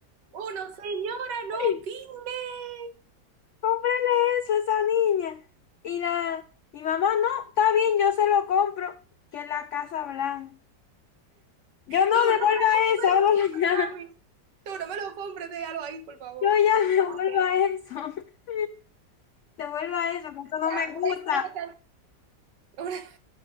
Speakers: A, on the right; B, on the left.
A: Uno, señora, no
B: <laughs>
A: opine.
B: cómprele eso a esa niña. Y la, mi mamá, no, está bien, yo se lo compro, que es la Casa Blanca. Yo no
A: Tú no,
B: devuelva
A: mami, no
B: eso,
A: me lo
B: <laughs> devuelva
A: compres,
B: ya
A: mami. Tú no me lo compres, déjalo ahí, por favor.
B: Yo ya devuelva
A: No,
B: eso. <laughs> Devuelva eso, que eso no
A: era
B: me gusta.
A: Una historia tan- <laughs>